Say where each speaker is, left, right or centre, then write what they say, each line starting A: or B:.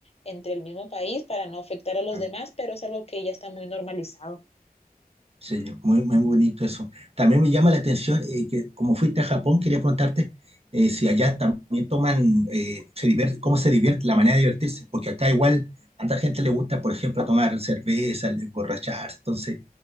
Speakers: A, on the left; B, on the right.
A: entre el mismo país para no afectar a los
B: no.
A: demás, pero es algo que ya está muy normalizado.
B: Sí, muy, muy bonito eso. También me llama la atención eh, que como fuiste a Japón, quería preguntarte eh, si allá también toman, eh, se divierte, cómo se divierte, la manera de divertirse, porque acá igual a tanta gente le gusta, por ejemplo, tomar cerveza, le- emborracharse, entonces,